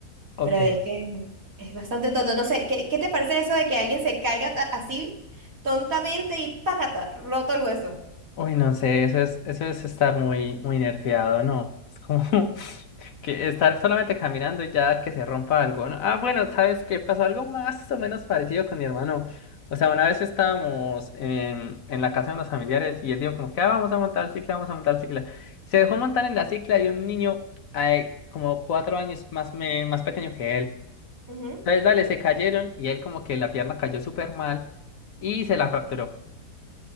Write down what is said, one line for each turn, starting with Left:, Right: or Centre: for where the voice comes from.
Left: Ok.
Right: pero es que es bastante tonto. No sé, ¿qué, qué te parece eso de que alguien se caiga ta- así tontamente y ¡pácata! Roto el hueso.
Left: Uy, no sé. Eso es, eso es estar muy, muy nerfeado, ¿no? Es como. <laughs> Que estar solamente caminando y ya que se rompa algo, ¿no? Ah, bueno, ¿sabes qué? Pasó algo más o menos parecido con mi hermano. O sea, una vez estábamos en, en la casa de unos familiares y él dijo como que, ah, vamos a montar cicla, vamos a montar cicla. Se dejó montar en la cicla y un niño ay, como cuatro años más, me, más pequeño que él.
Right: Ujú.
Left: Entonces, dale, se cayeron y él como que la pierna cayó súper mal y se la fracturó.